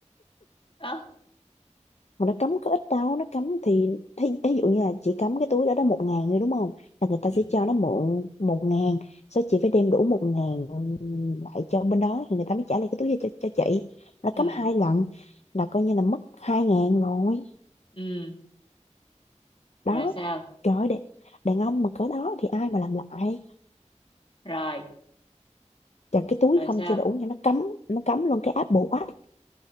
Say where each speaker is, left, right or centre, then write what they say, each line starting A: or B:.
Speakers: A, on the left; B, on the left.
A: đó
B: mà nó cắm có ít đâu nó cắm thì thí, thí dụ như là chị cắm cái túi đó đó một ngàn rồi đúng không là người ta
A: ừ
B: sẽ cho nó mượn một ngàn sau chị phải đem đủ một ngàn lại cho bên đó thì người ta mới trả lại cái túi cho, cho, cho chị nó
A: ừ
B: cắm hai lần là coi như là mất hai ngàn rồi
A: ừ
B: đó
A: rồi sao
B: trời ơi, đàn, đàn ông mà cỡ đó thì ai mà làm lại
A: rồi
B: chặt cái túi
A: rồi
B: không
A: sao
B: chưa đủ nha nó cắm nó cắm luôn cái áp bộ quá.